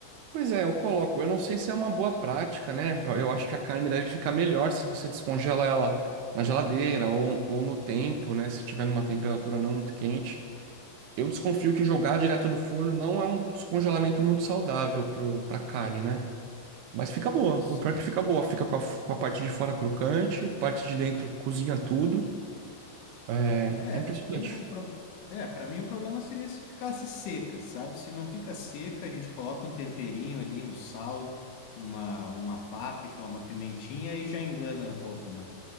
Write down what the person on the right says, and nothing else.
Pois é, eu coloco. Eu não sei se é uma boa prática, né? Eu acho que a carne deve ficar melhor se você descongela ela na geladeira ou, ou no tempo, né? Se tiver numa temperatura não muito quente. Eu desconfio que jogar direto no forno não é um descongelamento muito saudável pro, pra carne, né? Mas fica boa.
O pior é que fica boa. Fica com a, f- com a parte de fora crocante, parte de dentro cozinha tudo. É,
é impressionante.